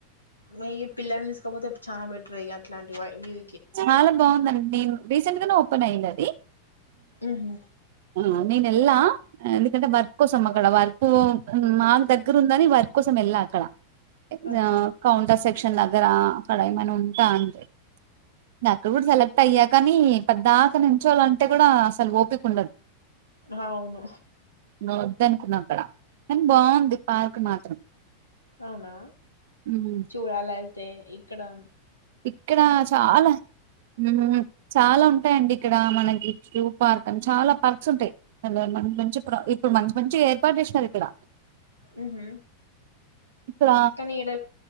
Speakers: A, on the left (about 80°); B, on the right (about 50°).
A: మేయి పిల్లల్ని తీసకపోతే చానా బెటర్ ఇగ అట్లాంటి వయ్ వ్యూ
B: చాలా బాగుందండి నేను రీసెంట్గనే ఓపెన్ అయ్యింద్ అదీ.
A: ఉహు
B: ఆ నేన్ ఎళ్లా. ఎందుకంటే వర్క్ కోసం అక్కడ వర్కూ మాకు దగ్గర ఉందని వర్క్ కోసం ఎళ్ళా అక్కడా.
A: అచ్చా
B: ఆ కౌంటర్ సెట్ క్షన్ నగరా అక్కడ ఏమైనా ఉంటే అంతే. నే అక్కడ కూడా సెలెక్ట్ అయ్యా కానీ. పద్దాక నించోళ్ళంటే గూడా అసల్ ఓపిక ఉండద్.
A: అవును
B: వద్ద అనుకున్నాం అక్కడా. కానీ బాగుంది పార్క్ మాత్రం.
A: అవునా
B: హ్మ్
A: చూడాల ఎళ్తే ఇక్కడా
B: ఇక్కడా చాలా ఊ చాలా ఉంటాయండి. ఇక్కడా మనకి జూ పార్క్ అని చాలా పార్క్స్ ఉంటాయి. మంచి మంచి ఇప్పుడు మంచి మంచి ఏర్పాటు చేశినరు ఇక్కడా.
A: ఊహు
B: ఇక్కడ
A: కానీ ఈడ